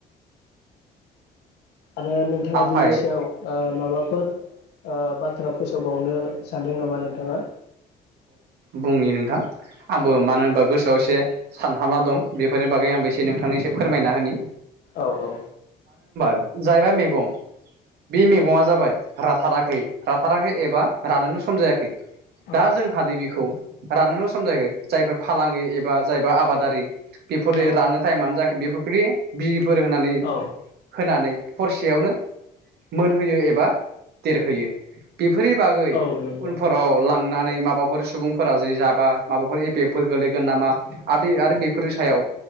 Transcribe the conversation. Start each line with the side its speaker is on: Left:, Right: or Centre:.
Left: आरो नोंथाङा
Right: आफाय
Left: बिनि सायाव ओ माबा फोर ओ बाथ्रा फोसावबावनो सानदों नामा नोंथाङा।
Right: बुंनि नोंथां आंबो
Left: औ
Right: मानो होनबा गोसोआव एसे सान हाबना दं बेफोरनि बागै आंबो एसे नोंथांनि एसे फोरमायना होनि
Left: औ औ
Right: जायबा मेगं बे मेगङा जाबाय राथाराखै-राथाराखै एबा रानोनो सम जायाखै दा
Left: औ
Right: जों हादै बि खौ रानोनो सम जायाखै जायफोर फालांगि एबा जायबा आबादारि बेफोरो
Left: औ
Right: रानो टाइमानो जायाखै बे <unintelligible> फोर होनानै
Left: औ
Right: होनानै हरसेयावनो मोनहोयो एबा देरहोयो बेफोरनि बागै
Left: औ नंगौ
Right: उनफोराव ला नानै माबाफोर सुबुंफोरा जे जाबा माबाफोर एफेबफोर गोलैगोन नामा आर बे आरो बेफोरनि सायाव